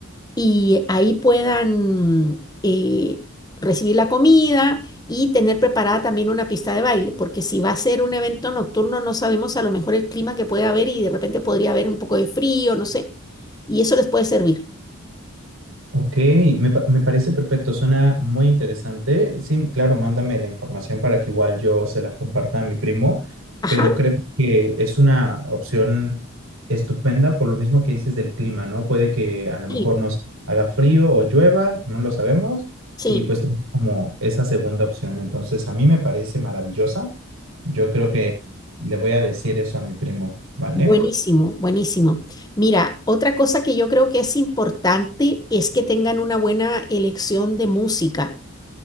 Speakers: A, on the left; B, on the right.
A: y ahí puedan eh, recibir la comida y tener preparada también una pista de baile, porque si va a ser un evento nocturno no sabemos a lo mejor el clima que puede haber y de repente podría haber un poco de frío, no sé, y eso les puede servir.
B: Ok, me, pa- me parece perfecto, suena muy interesante. Sí, claro, mándame la información para que igual yo se la comparta a mi primo,
A: Ajá,
B: pero creo que es una opción estupenda por lo mismo que dices del clima, ¿no? Puede que a lo mejor
A: sí,
B: nos haga frío o llueva, no lo sabemos,
A: sí,
B: y pues tenemos como esa segunda opción. Entonces, a mí me parece maravillosa. Yo creo que le voy a decir eso a mi primo, ¿vale?
A: buenísimo, buenísimo. Mira, otra cosa que yo creo que es importante es que tengan una buena elección de música.